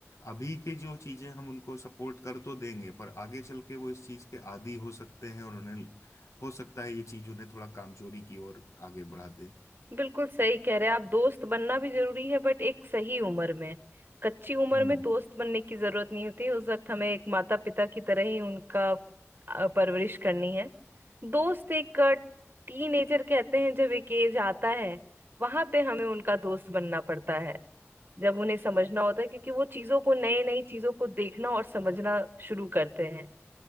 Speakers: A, on the left; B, on the right.
A: अभी के जो चीजें हम उनको सपोर्ट कर तो देंगे पर आगे चल के वो इस चीज के आदी हो सकते हैं और उन्हें हो सकता है ये चीज उन्हें थोड़ा कामचोरी की ओर आगे बढ़ा दे
B: बिल्कुल सही कह रहे हैं आप दोस्त बनना भी जरूरी है बट एक सही उम्र में कच्ची उम्र
A: हम्म
B: में दोस्त बनने की जरूरत नहीं होती उस वक्त हमें एक माता पिता की तरह ही उनका अ, परवरिश करनी है दोस्त एक टीनेजर कहते हैं जब एक एज आता है वहां पे हमें उनका दोस्त बनना पड़ता है जब उन्हें समझना होता है क्योंकि वो चीजों को नई नई चीजों को देखना और समझना शुरू करते हैं